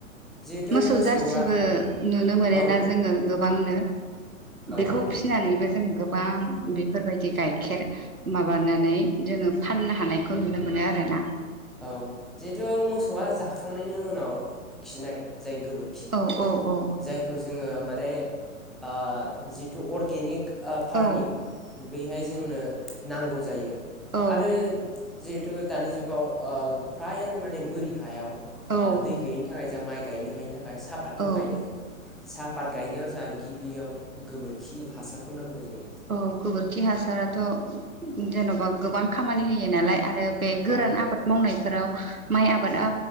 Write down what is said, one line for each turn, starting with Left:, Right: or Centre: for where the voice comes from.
Centre: जिहेथु
Right: मोसौ
Centre: मोसौआ
Right: जारसिबो नुनो मोनोना
Centre: औ
Right: जोङो गोबांनो
Centre: औ
Right: बेखौ
Centre: औ
Right: फिनानैबो जों गोब बां बेफोरबायदि गाइखेर माबानानै जोङो फाननो हानायखौ नुनो मोनो आरोना।
Centre: औ जिहेथु मोसौआ जाखांनायनि उनाव खिनाय जाय गोबोरखि
Right: औ औ औ
Centre: जायखौ जोङो माने ओ जिथु अर्गेनिक फार्मिं
Right: औ
Centre: बैहाय जोंनो नांगौ जायो?
Right: औ
Centre: आरो जिहेथु दानि जुगाव ओ फ्रायानो माने बोरि हायाव
Right: औ
Centre: दै गैयिनि थाखाय जा माइ गायनो हायैनि थाखाय सापातखौ
Right: औ
Centre: गायदों। साहापात गायनायाव जोंहा गिबियाव गोबोरखि हासारखौ नांगौ जायो।
Right: औ गोबोरखि हासाराथ' जेन'बा गोबां खामानि होयो नालाय आरो बे गोरान
Centre: औ
Right: आबाद मावनायफोराव माइ आबादा